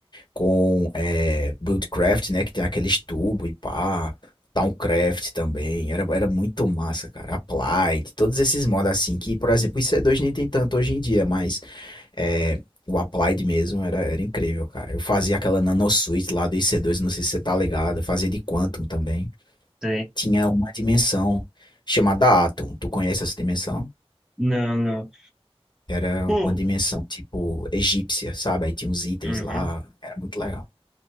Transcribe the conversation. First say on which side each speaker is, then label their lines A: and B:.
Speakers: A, on the left; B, in the centre.
A: com é, Buildcraft, né? Que tem aqueles tubos e pá. Towncraft também. Era, era muito massa, cara. Applied, todos esses mods assim, que, por exemplo, o IC2 nem tem tanto hoje em dia, mas é, o Applied mesmo era, era incrível, cara. Eu fazia aquela Nano Suite lá do IC2, não sei se você tá ligado. Eu fazia de Quantum também.
B: Sei.
A: Tinha uma dimensão chamada Atum. Tu conhece essa dimensão?
B: Não, não.
A: Era
B: Pô.
A: uma dimensão tipo egípcia, sabe? Aí tinha uns itens
B: uhum.
A: lá, era muito legal.